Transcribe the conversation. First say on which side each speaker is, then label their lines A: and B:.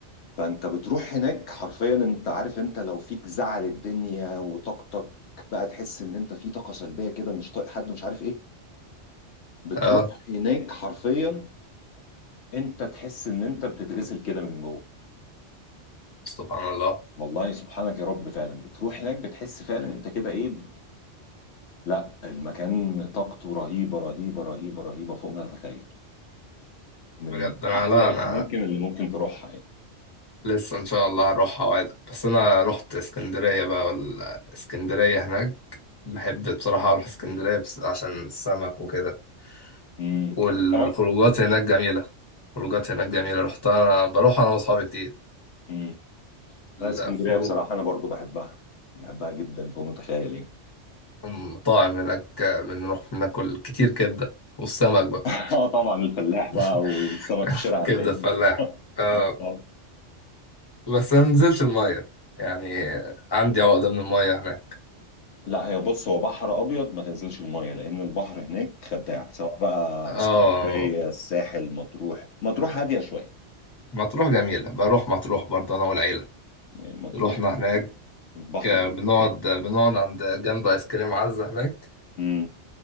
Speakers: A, on the left; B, on the left.
A: فانت بتروح هناك حرفيا انت عارف انت لو فيك زعل الدنيا وطاقتك بقى تحس ان انت في طاقة سلبية كده مش طايق حد مش عارف ايه بتروح
B: اه
A: هناك حرفيا انت تحس ان انت بتتغسل كده من جوه
B: سبحان الله
A: والله سبحانك يا رب فعلا بتروح هناك بتحس فعلا انت كده ايه لا المكان طاقته رهيبه رهيبه رهيبه رهيبه فوق ما تتخيل من
B: بجد انا
A: احلى
B: لا
A: الاماكن
B: انا
A: اللي ممكن تروحها يعني
B: لسه ان شاء الله هروح اوعدك بس انا رحت اسكندريه بقى ولا اسكندريه هناك بحب بصراحه اروح اسكندريه بس عشان السمك وكده
A: امم
B: والخروجات
A: تحب السمك؟
B: هناك جميله خروجات هناك جميله رحتها بروح انا واصحابي كتير
A: امم
B: الخروج
A: لا اسكندريه بصراحه انا برضو بحبها بحبها جدا فوق ما تتخيل يعني
B: المطاعم هناك بنروح ناكل كتير كبده والسمك بقى
A: <laughs> اه طبعا الفلاح بقى
B: <laughs>
A: والسمك في شارع 40
B: كبده فلاح
A: <laughs>
B: آه
A: آه، آه.
B: بس انا منزلش الميه يعني عندي عقده من الميه هناك
A: لا هي بص هو بحر ابيض ما تنزلش المايه لان البحر هناك خداع سواء بقى
B: اه
A: اسكندريه الساحل مطروح مطروح هاديه شويه
B: مطروح جميلة بروح مطروح برضه أنا والعيلة
A: يعني مطروح
B: رحنا هناك
A: البحر
B: آه،
A: هناك
B: بنقعد
A: حكاية.
B: آه، بنقعد عند جنب آيس كريم عزة هناك
A: امم